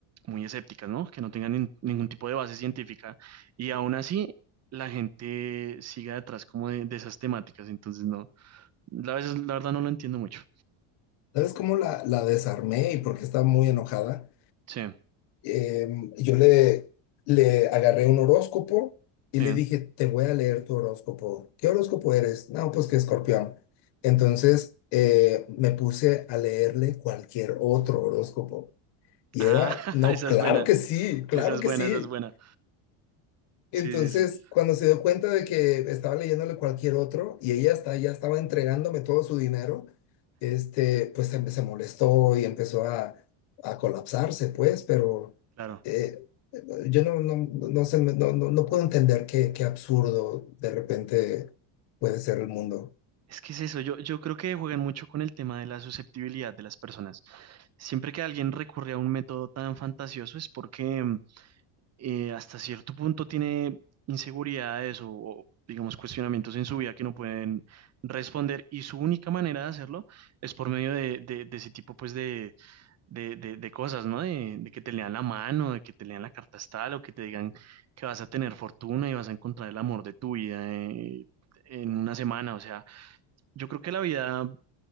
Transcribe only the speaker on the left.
¿Sabes cómo la, la desarmé y por qué estaba muy enojada?
Em, yo le, le agarré un horóscopo y
le dije, te voy a leer tu horóscopo. ¿Qué horóscopo eres? No, pues que Escorpión. Entonces, eh, me puse a leerle cualquier otro horóscopo. Y
era,
no,
claro
que sí, claro
que
sí.
Entonces,
cuando se dio cuenta de que estaba leyéndole cualquier otro y ella está, ya estaba entregándome todo su dinero, este, pues se, se molestó y empezó a, a colapsarse, pues, pero
eh, yo no, no, no, sé, no, no, no puedo entender qué, qué absurdo de repente puede ser el mundo.